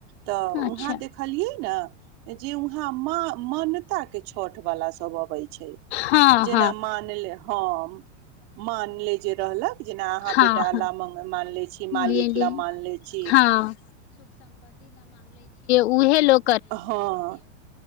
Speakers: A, on the right; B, on the left.
A: तऽ
B: अच्छा
A: वहाँ देखलियै न जे उहाँ माॅं मान्यता के छठ वाला सब अबै छै।
B: हँ
A: जेना
B: हँ
A: मान ले ह ह मानले जे रहलक जेना अहाँ
B: हँ
A: बेटाले
B: हँ
A: मानलै छी मालिकले
B: लिए लिए
A: मानलै छी।
B: हँ उएहे लोक
A: हाँ